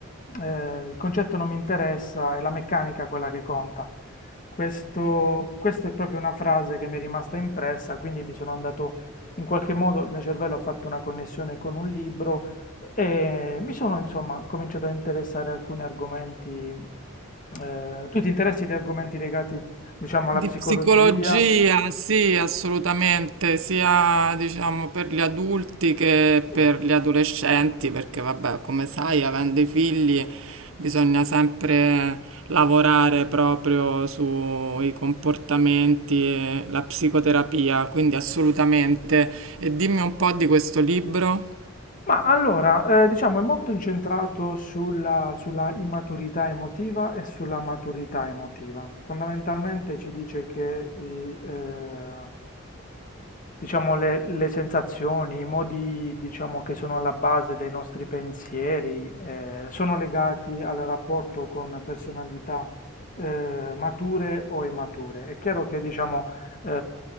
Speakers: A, on the left; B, on the right.
A: eh, il concetto non mi interessa, è la meccanica quella che conta. Questo,
B: Mm-hmm.
A: questa è proprio una frase che mi è rimasta impressa, quindi mi sono andato in qualche modo il mio cervello ha fatto una connessione con un libro e mi sono insomma cominciato a interessare a alcuni argomenti. eh, tu ti interessi di argomenti legati, diciamo, alla
B: Di
A: psicologia?
B: psicologia, sì, assolutamente, sia diciamo per gli adulti che
A: Sì.
B: per gli adolescenti, perché vabbè, come sai, avendo i figli bisogna sempre lavorare proprio sui comportamenti e la psicoterapia, quindi assolutamente. E dimmi un po' di questo libro.
A: Ma allora, eh, diciamo, è molto incentrato sulla, sulla immaturità emotiva e sulla maturità emotiva. Fondamentalmente ci dice che i, eh, diciamo, le, le sensazioni, i modi, diciamo, che sono alla base dei nostri pensieri, eh, sono legati al rapporto con personalità, eh, mature o immature. È chiaro che, diciamo, eh,